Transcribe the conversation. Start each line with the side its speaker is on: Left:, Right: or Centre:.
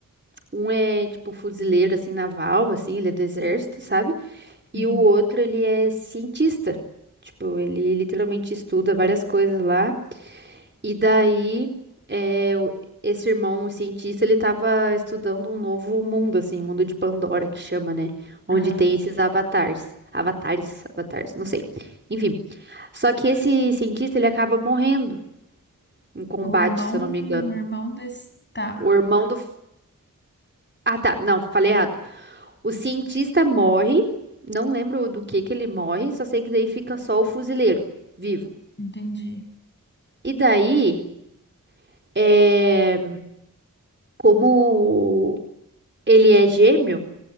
Right: Um é, tipo, fuzileiro, assim, naval, assim, ele é do exército, sabe? E
Left: uhum,
Right: o outro, ele é cientista. Tipo, ele literalmente estuda várias coisas lá. E daí, é, o- esse irmão, o cientista, ele tava estudando um novo mundo, assim, mundo de Pandora, que chama, né? Onde
Left: aham.
Right: tem esses avatares. Avatares, avatares, não sei. Enfim. Só que esse cientista, ele acaba morrendo em combate,
Left: O irmão,
Right: se eu não me engano.
Left: o irmão desse. Tá,
Right: O irmão do... Ah, tá. Não, falei errado. O cientista morre, não lembro do que que ele morre, só sei que daí fica só o fuzileiro vivo.
Left: entendi.
Right: E daí, é... como ele é gêmeo,